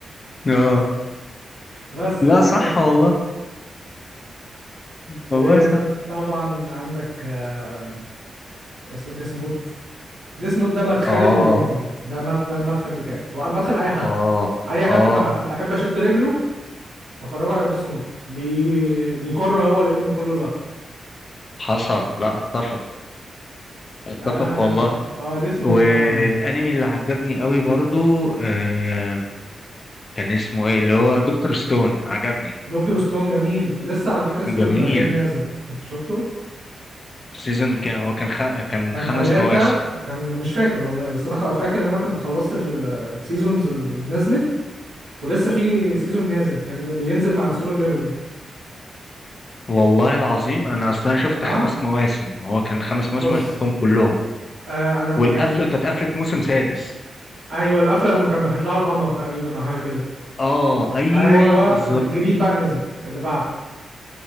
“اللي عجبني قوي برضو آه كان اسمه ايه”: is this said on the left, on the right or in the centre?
Left